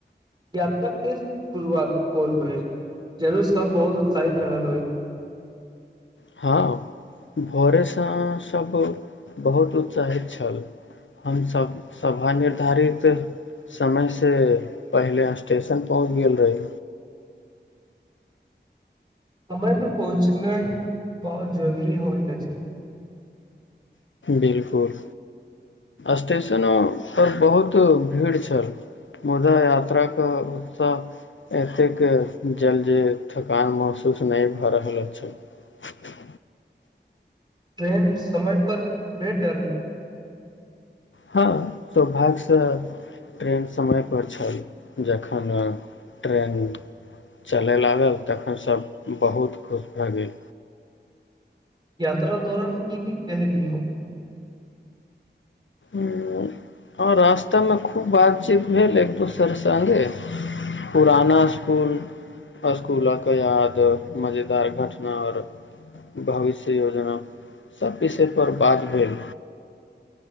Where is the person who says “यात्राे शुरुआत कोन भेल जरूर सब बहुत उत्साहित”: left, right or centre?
Right